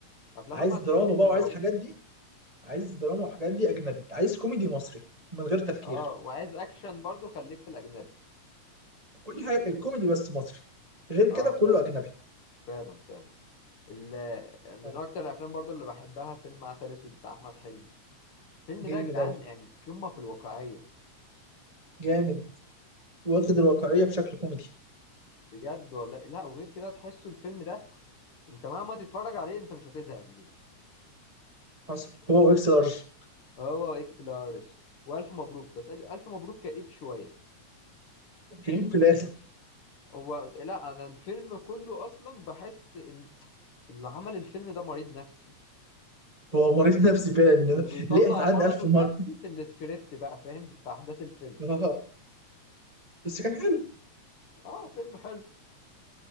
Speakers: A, on the left (about 50°); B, on the right (about 25°).
A: افلام
B: عايز
A: احمد
B: دراما
A: حلمي حلوه
B: بقى وعايز
A: قوي
B: حاجات دي عايز دراما وحاجات دي اجنبي عايز كوميدي مصري من غير تفكير
A: اه وعايز اكشن برضو خليك في الاجنبي
B: كل حاجه الكوميدي بس مصري غير
A: اه
B: كده كله
A: فعلا
B: اجنبي
A: فعلا فعلا ال- من
B: آه،
A: اكتر الافلام برضو اللي بحبها فيلم عسل اسود بتاع احمد حلمي الفيلم
B: جامد
A: ده يا جدعان
B: اوي
A: يعني قمه في الواقعيه
B: جامد واخد
A: جميل
B: الواقعيه بشكل كوميدي
A: بجد والله لا وغير كده تحسوا الفيلم ده انت مهما تتفرج عليه انت مش هتزهق يا زميلي
B: حصل هو واكس لارج
A: هو اكس لارج والف مبروك بس ال- الف مبروك كئيب شويه
B: كريم في الاخر
A: هو لا انا الفيلم كله اصلا بحس ان اللي عمل الفيلم ده مريض نفسي
B: هو مريض نفسي فعلا إن
A: وبيطلع
B: أنا- ليه اتعدى
A: مرضه
B: 1000
A: النفسي
B: مره
A: في السكريبت بقى فاهم في احداث الفيلم
B: <laughs> اه بس كان حلو
A: اه فيلم حلو